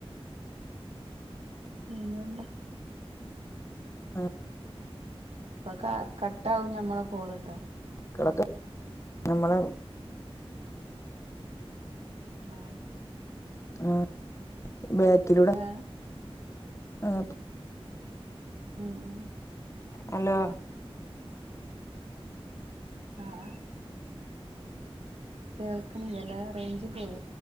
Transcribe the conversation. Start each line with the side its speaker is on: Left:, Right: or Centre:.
Right: പിന്നെന്താ
Left: ഉം
Right: പ്പൊ ക കട്ടആാവും ഞമ്മളെ കോൾട്ടാ
Left: കിടക്ക നമ്മളെ
Right: ആഹ്
Left: ആഹ് ബേക്കിലൂടെ
Right: ആഹ്
Left: ആഹ്
Right: ഉം ഉം
Left: ഹലോ
Right: ആഹ് അഹ് കേൾക്കണില്ലല്ലാ റേഞ്ച് പോയി